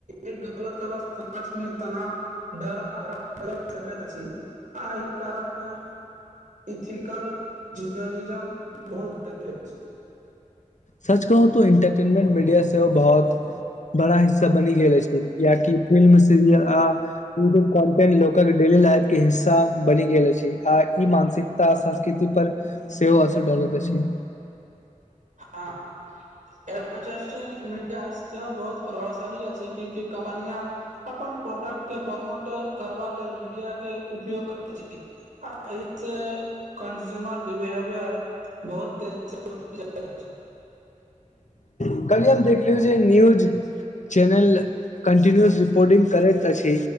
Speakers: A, on the right; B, on the left.
A: एक गलत खबर समाजमे तनाव दर आराम कर सकैत अछि आ कारण इथिकल जर्नलिज्म बहुत जरूरी छै
B: सच कहूँ इंटरटेनमेंट मीडिया से बहुत बड़ा हिस्सा बनि गेले छै किया की फिल्म सीरियल आ युटुब कन्टेंट लोक के डेली लाइफ के हिस्सा बनि गेल छै आ ई मानसिक तऽ संस्कृति पर सेहो असर डालत अछि
A: हँ ए मीडिया सेहो बहुत प्रभावशाली अछि क्योंकी कम्पनिया अपन प्रोडक्ट के प्रमोट करबा लेल मीडिया के उपयोग करैत आ एसँ कन्जयूमर बिहेवियर बहुत तेजी से <inaudible>
B: कल्हि हम देखलियौ जे न्यूज चैनल कन्टिन्यूस रिपोर्टिंग करैत अछि